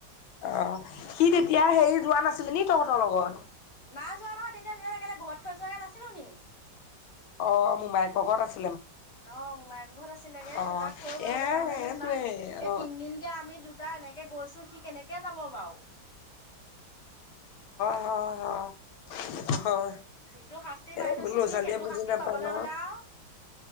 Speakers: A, on the left; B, on the left.
A: অঁ সি তেতিয়া সেৰি যোৱা নাছিলে নি তহঁতৰ লগত?
B: না যোৱা নহয় তেতিয়া তেতিয়ালে খেলে ঘৰত থৈ যোৱাকে নাছিলো নি।
A: অঁ মোমায়েকৰ ঘৰত আছে।
B: অ মোমায়েকৰ ঘৰত আছিলেগে।
A: অ
B: তাক থৈ
A: এ
B: গলোগে নহলেনো
A: সেইটোৱে
B: ইমান এই
A: অ
B: তিনদিনকে আমি দু তা এনেকে গৈছো সি কেনেকে যাব বাৰু।
A: অঁ অঁ। হয়
B: যিটো শাস্তি পাই
A: এ এইবোৰ
B: থৈছো
A: ল'ৰা
B: সি
A: -ছোৱালীয়ে
B: সেইটো
A: বুজি
B: শাস্তি
A: নাপায়
B: পাবলৈ
A: ন।
B: হ'লে আৰু